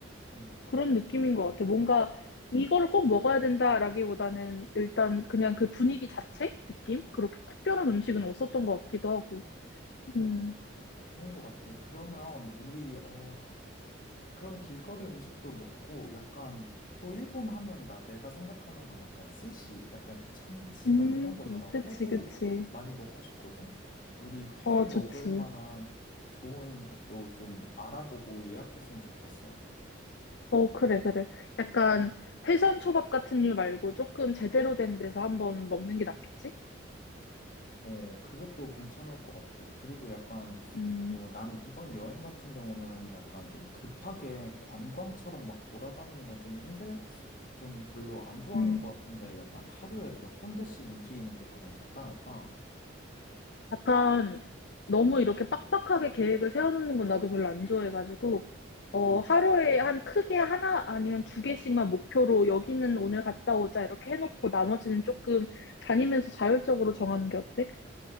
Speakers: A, on the left; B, on the left.
A: 음,
B: 그런 느낌인 것 같아. 뭔가 이걸 꼭 먹어야 된다라기보다는 일단 그냥 그 분위기 자체? 느낌? 그렇게 특별한 음식은 없었던 것 같기도 하고. 음,
A: 좋은 것 같아. 그러면 우리, 어, 그러면 길거리 음식도 먹고 약간 또 일본 하면 나 내가 생각하는 건 약간 스시, 약간 참치
B: 음,
A: 막 이런 거잖아.
B: 그치,
A: 회도
B: 그치.
A: 많이 먹고 싶거든. 우리
B: 어,
A: 회 먹을
B: 좋지.
A: 만한 좋은 곳도 좀 알아보고 예약했으면 좋겠어.
B: 어, 그래, 그래. 약간 회선 초밥 같은 류 말고 조금 제대로 된 데서 한번 먹는 게 낫겠지?
A: 어, 그것도 괜찮을 것 같아. 그리고 약간
B: 음,
A: 어, 나는 이번 여행 같은 경우는 약간 좀 급하게 관광처럼 막 돌아다니는 건 좀 힘들 좀 별로 안 좋아하는
B: 음,
A: 것 같은데 약간 하루에 몇 군데씩 움직이는 게 가장 적당할까?
B: 약간 너무 이렇게 빡빡하게 계획을 세워놓는 건 나도 별로 안 좋아해가지고, 어,
A: 음,
B: 하루에 한 크게 하나 아니면 두 개씩만 목표로 여기는 오늘 갔다 오자 이렇게 해놓고 나머지는 조금 다니면서 자율적으로 정하는 게 어때?